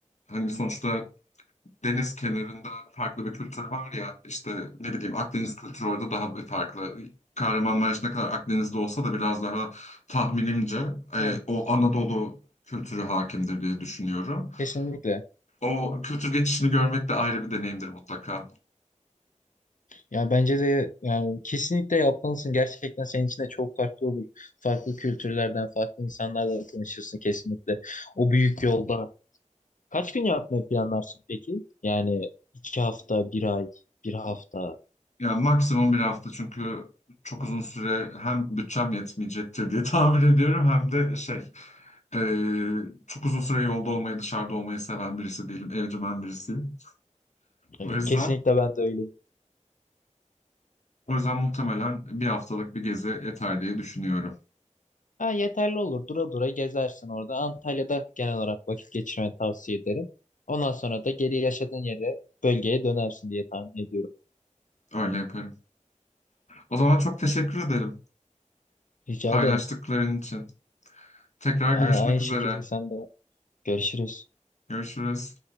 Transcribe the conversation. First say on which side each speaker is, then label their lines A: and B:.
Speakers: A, on the left; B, on the left.
A: hani sonuçta deniz kenarında farklı bir kültür var ya işte ne bileyim Akdeniz kültürü orada daha bir farklı. Kahramanmaraş ne kadar Akdeniz'de olsa da biraz daha tahminimce
B: Evet.
A: e, o Anadolu kültürü hakimdir diye düşünüyorum.
B: Kesinlikle.
A: O kültür geçişini görmek de ayrı bir deneyimdir mutlaka.
B: Ya bence de yani kesinlikle yapmalısın. Gerçekten senin için de çok farklı olur. Farklı kültürlerden, farklı insanlarla tanışırsın kesinlikle. O büyük yolda. Kaç gün yapmayı planlarsın peki? Yani iki hafta, bir ay, bir hafta.
A: Ya maksimum bir hafta çünkü çok uzun süre hem bütçem yetmeyecektir diye <laughs> tahmin ediyorum hem de şey e, çok uzun süre yolda olmayı dışarıda olmayı seven birisi değilim evcimen birisiyim.
B: Evet,
A: O yüzden
B: kesinlikle ben de öyleyim.
A: o yüzden muhtemelen bir haftalık bir gezi yeter diye düşünüyorum.
B: Ha, yeterli olur. Dura dura gezersin orada. Antalya'da genel olarak vakit geçirmeni tavsiye ederim. Ondan sonra da geri yaşadığın yere, bölgeye dönersin diye tahmin ediyorum.
A: Öyle yaparım. O zaman çok teşekkür ederim
B: Rica
A: paylaştıkların
B: ederim.
A: için. Tekrar
B: A-
A: görüşmek
B: Aynı
A: üzere.
B: şekilde sen de. Görüşürüz.
A: Görüşürüz.